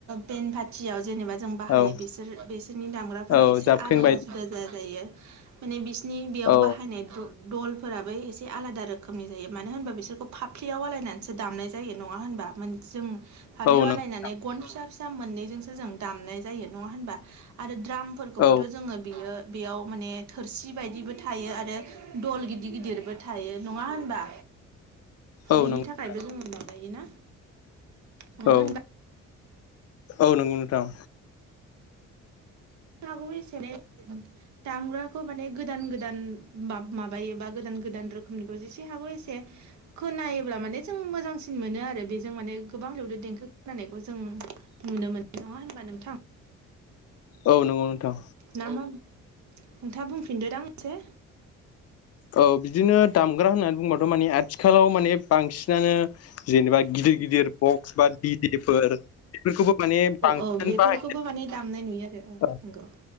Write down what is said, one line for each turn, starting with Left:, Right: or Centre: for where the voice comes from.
Right: बेन पारथियाव जेनेबा जों बाहायो
Left: औ
Right: बिसोर -बेसोरनि दामग्राफोरा
Left: औ
Right: एसे
Left: जाबख्रिं
Right: आलादा
Left: बायदि
Right: <unintelligible> <unintelligible> जायो माने बिसिनि बेयाव
Left: औ
Right: बाहायनाय दल- दलफोराबो एसे एसे आलादा रोखोमनि जायो मानो होनबा बिसोरखौ फाफ्लियाव आलायनानैसो दामनाय जायो नङा होनबा? <unintelligible> जों पाब्लिआव
Left: औ नंगौ
Right: आलायनानै गन फिसा- फिसा मोननैजोंसो जों दामनाय जायो नङा होनबा आरो द्राम <unintelligible>
Left: औ
Right: जोङो बियो बेयाव माने थोरसि बायदिबो थायो आरो दल गिदिर गिदिरबो थायो नङा होनबा?
Left: औ
Right: बिनि
Left: नंगौ
Right: थाखायबो जोङो माबायोना नङा
Left: औ,
Right: होनबा
Left: औ नंगौ नोंथां।
Right: <unintelligible> दामग्राखौ माने गोदान- गोदान माब-माबायोबा गोदान -गोदान रोखोमनिखौ जेसे हागौ एसे खोनायोल्बा माने जों मोजांसिन मोनो आरो। आरो बेजों माने गोबां मिलौदो देंखो खोननायखौ जों नुनो मोनो नङा होनबा नोंथां?
Left: औ नंगौ नोंथां।
Right: नामा नोंथाङा बुंफिनदोदां एसे।
Left: औ बिदिनो दामग्रा होननानै बुंबाथ' माने आथिखालाव माने बांसिनानो जेनेबा गिदिर -गिदिर बक्स बा <unintelligible> बेफोरखौबो माने बांसिन
Right: औ बेफोरखौबो
Left: बाहाय
Right: माने दामनाय नुयो आरो
Left: औ।
Right: नंगौ